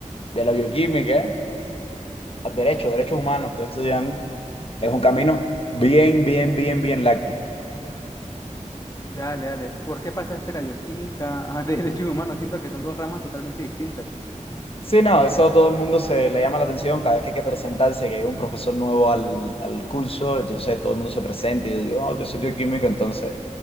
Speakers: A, on the left; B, on the left.
A: de la bioquímica al derecho, derechos humanos, estoy estudiando, es un camino bien, bien, bien, bien largo.
B: Dale, dale. ¿Por qué pasaste la bioquímica a <laughs> Derecho Humano? Siento que son dos ramas totalmente distintas.
A: Sí, no, eso a todo el mundo se le llama la atención cada vez que hay que presentarse, que hay un profesor nuevo al, al curso, entonces todo el mundo se presenta y yo digo, "Oh, yo soy bioquímico, entonces...